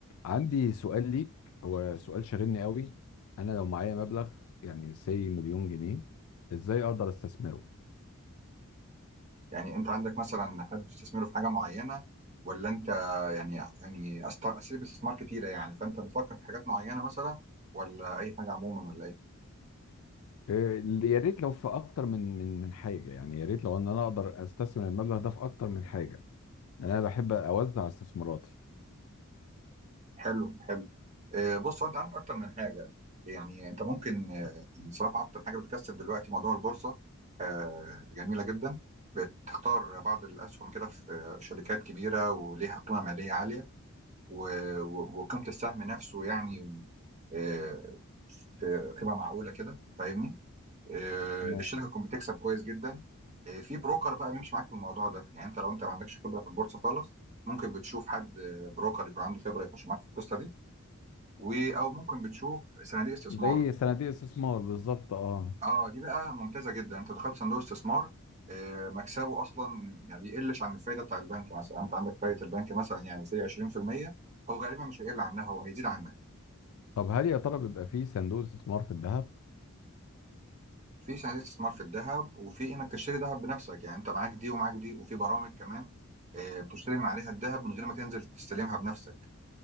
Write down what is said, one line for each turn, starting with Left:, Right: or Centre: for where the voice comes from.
Left: عندي سؤال ليك هو سؤال شاغلني قوي انا لو معايا مبلغ يعني سي مليون جنيه ازاي اقدر استثمره
Right: يعني انت عندك مثلا حابب تستثمره في حاجه معينه ولا انت يعني يعني أست- اساليب استثمار كتيره يعني فانت بتفكر في حاجات معينه مثلا ولا اي حاجه عموما ولا ايه
Left: إيه، يا ريت لو في اكتر من من من حاجه يعني يا ريت لو ان انا اقدر استثمر المبلغ ده في اكتر من حاجه يعني انا بحب اوزع استثماراتي
Right: حلو حلو آه، بص هو انت عندك اكتر من حاجه يعني انت ممكن آه، بصراحه اكتر حاجه بتكسب دلوقتي موضوع البورصه آه، جميله جدا بتختار بعض الاسهم كده في في شركات كبيره وليها قيمه ماليه عاليه و- و- وقيمه السهم نفسه يعني آه، في قيمه معقوله كده فاهمني آه،
Left: تمام
Right: الشركه تكون بتكسب كويس جدا آه، في بروكر بقى بيمشي معاك في الموضوع ده يعني انت لو انت ما عندكش خبره في البورصه خالص ممكن بتشوف حد آه، بروكر يكون عنده خبره يخش معاك في القصه دي و او ممكن بتشوف صناديق استثمار
Left: زي صناديق استثمار بالظبط اه
Right: اه دي بقى ممتازه جدا انت دخلت صندوق استثمار آه، مكسبه اصلا يعني بيقلش عن الفايده بتاع البنك مثلا انت عندك فايده البنك مثلا يعني سي 20% هو غالبا مش هيقل عنها هو هيزيد عنها
Left: طب هل يا ترى بيبقى فيه صندوق استثمار في الذهب
Right: في صناديق استثمار في الذهب وفي انك تشتري ذهب بنفسك يعني انت معاك دي ومعاك دي وفي برامج كمان آه، بتشتري من عليها الذهب من غير ما تنزل تستلمها بنفسك